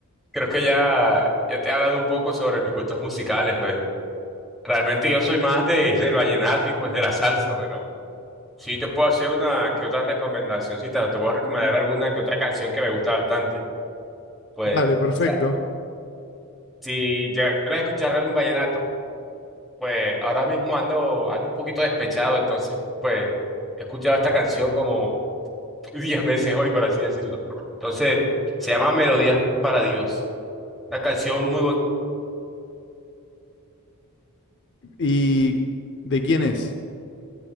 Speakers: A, in the centre; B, on the left.
A: creo que ya, ya te he hablado un poco sobre mis gustos musicales, pues. Realmente yo soy más de, del vallenato y pues de la salsa, pero sí te puedo hacer una que otra recomendacioncita, te puedo recomendar alguna que otra canción que me gusta bastante. Pues,
B: Vale,
A: o
B: perfecto.
A: sea, si llegaras a escuchar algún vallenato, Pues ahora mismo ando, ando un poquito despechado, entonces pues he escuchado esta canción como <laughs> 10 veces hoy, por así decirlo. Entonces, se llama Melodías para Dios. Una canción muy bo-
B: ¿Y de quién es?